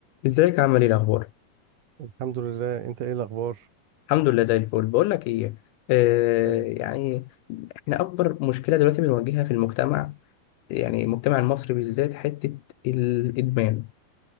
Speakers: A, on the left (about 80°); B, on the right (about 75°).
A: ازيك عامل ايه الاخبار
B: الحمد لله انت ايه الاخبار
A: الحمد لله زي الفل بقول لك ايه آه
B: ايوه
A: يعني احنا اكبر مشكله دلوقتي بنواجهها في المجتمع يعني المجتمع المصري بالذات حته الادمان